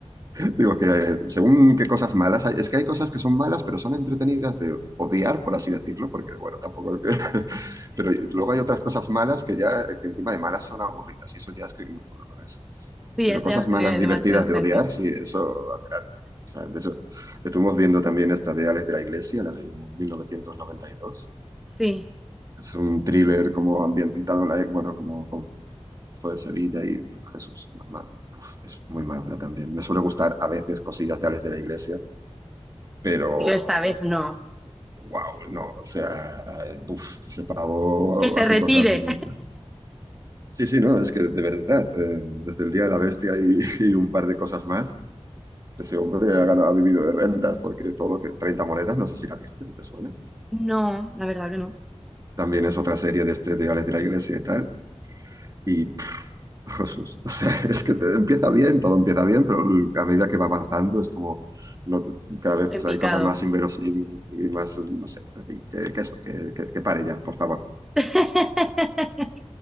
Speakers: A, on the right; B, in the centre.
A: Digo que eh, según qué cosas malas hay, es que hay cosas que son malas, pero son entretenidas de odiar, por así decirlo, porque bueno, tampoco es que- <laughs> Pero luego hay otras cosas malas que ya, que encima de malas son aburridas, y eso ya es que no puedo con eso.
B: Sí,
A: Pero
B: eso
A: cosas
B: ya no tiene
A: malas divertidas
B: demasiado sentido.
A: de odiar, sí, eso adelante. O sea, de hecho, estuvimos viendo también esta de Ales de la Iglesia, la de 1992.
B: Sí,
A: Es un thriller como ambientado en la, e- bueno, como con por el Sevilla y Jesús, man, uf, es muy mala también. Me suele gustar a veces cosillas de Alex de la Iglesia, pero
B: pero esta vez no.
A: wow, no, o sea, uf, ese pavo
B: Que se
A: hace
B: retire.
A: cosas muy mal. Sí, sí, no, es que de verdad, eh, desde el Día de la Bestia y, <laughs> y un par de cosas más, ese hombre
B: Guau.
A: ha, ganado, ha vivido de rentas, porque todo lo que... treinta monedas, no sé si la viste, si te suena.
B: No, la verdad que no.
A: También es otra serie de este de Alex de la Iglesia y tal. Y Jesús. <laughs> O sea, es que te- empieza bien, todo empieza bien, pero l- a medida que va avanzando es como no, cada vez
B: En picado.
A: hay cosas más inverosímiles y más, no sé, en fin, que, que eso, que, que- que pare ya, por favor.
B: <laughs>